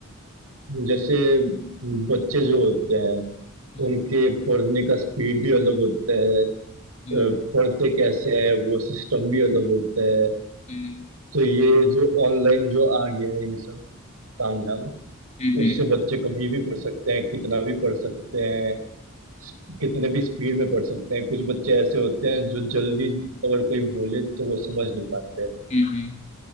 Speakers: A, on the right (about 85°); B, on the left (about 30°).
A: जैसे बच्चे जो होते हैं
B: हम्म
A: उनके पढ़ने का स्पीड भी अलग होता है अ,
B: हम्म
A: पढ़ते कैसे हैं वो सिस्टम भी अलग होता है
B: हम्म
A: तो ये जो ऑनलाइन जो आ गया है ये सब तामझाम
B: हम्म
A: उससे बच्चे कभी भी पढ़ सकते हैं कितना भी पढ़ सकते हैं कितने भी स्पीड में पढ़ सकते हैं कुछ बच्चे ऐसे होते हैं जो जल्दी अगर कोई बोले तो वो समझ नहीं पाते हैं
B: हम्म, हम्म,